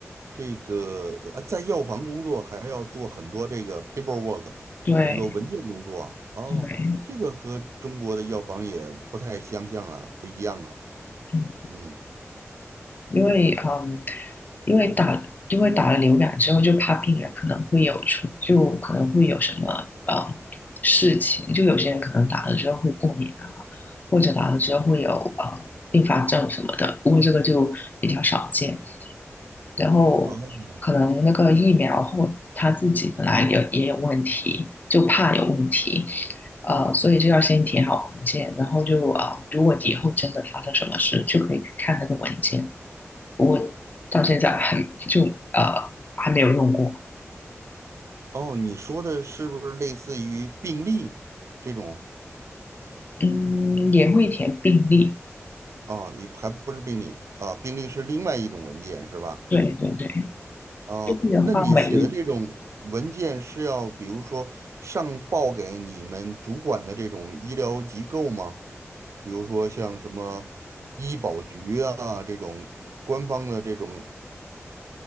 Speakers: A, on the right; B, on the left.
A: 这个呃在药房工作还要做很多这个 paperwork，
B: 对
A: 很多文件工作啊哦，
B: 对，
A: 这个和中国的药房也不太相像啊，不一样啊，
B: 嗯。
A: 嗯，
B: 因为嗯，因为打因为打了流感之后，就怕病人可能会有出，就可能会有什么呃事情，就有些人可能打了之后会过敏啊，或者打了之后会有呃并发症什么的，不过这个就比较少见。然后可能那个疫苗或他自己本来也也有问题，
A: 哦
B: 就怕有问题，呃，所以就要先填好文件，然后就啊、呃如果以后真的发生什么事，就可以看那个文件。我到现在还就呃还没有用过。
A: 哦，你说的是不是类似于病历这种
B: 嗯，也会填病历，
A: 啊？也还不是病历啊，病历是另外一种文件是吧？
B: 对对对，
A: 哦，
B: 病历的话每日，
A: 那你写的这种文件是要，比如说上报给你们主管的这种医疗机构吗？比如说像什么医保局啊这种官方的这种